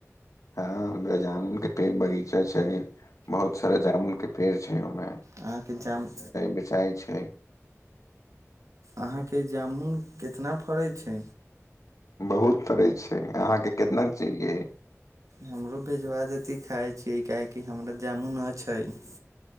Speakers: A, on the left; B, on the right.
A: हँ हमरा जामुन के पेड़ बगीचा छै बहुत सारा जामुन के पेड़ छै ओमें
B: अहाँके जामुन
A: बेचइ छै
B: अहाँके जामुन कितना फड़ै छै
A: बहुत फड़ै छै अहाँके केतना चाहियै
B: हमरो भेजबा देती खाइ छियै काहेकि हमरा जामुन न छै